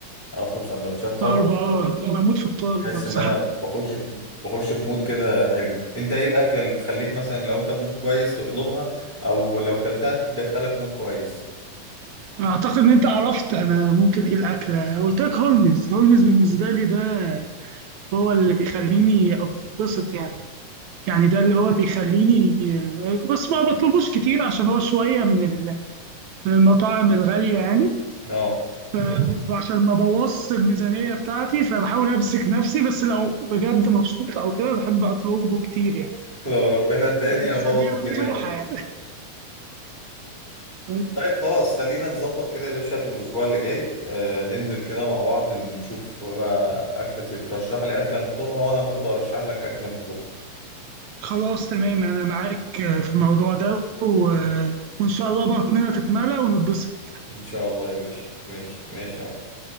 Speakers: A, on the right; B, on the right.
A: اطلب سندوتشات طرب
B: طرب اه بموت في الطرب
A: بحس
B: بصراحة
A: ان انا بخش في بخش في مود كده حلو انت ايه الاكله اللي تخليك مثلا لو انت في مود كويس تطلبها او لو كلتها تدخلك مود كويس
B: أعتقد إن أنت عرفت أنا ممكن إيه الأكلة قلت لك هولمز هولمز بالنسبة لي ده هو اللي بيخليني أتبسط يعني يعني ده اللي هو بيخليني بس ما بطلبوش كتير عشان هو شوية من ال- من المطاعم الغالية يعني
A: اه
B: ف- وعشان ما بوظش الميزانية بتاعتي فبحاول أمسك نفسي بس لو بجد مبسوط أو كده بحب أطلبه كتير يعني
A: <laughs> لو ربنا اداني
B: لو الميزانية
A: ابوظ الدنيا
B: مفتوحة
A: خالص
B: يعني <laughs>
A: طيب خلاص خلينا نظبط كده يا باشا الاسبوع اللي جاي آه ننزل كده مع بعض نشوف آه، اكله ترشح لي اكله نطلبها وانا برضو ارشح لك اكله نطلبها
B: خلاص تمام انا معاك في الموضوع ده و... وان شاء الله بطننا تتملى ونتبسط
A: ان شاء الله يا باشا ماشي ماشي يا عم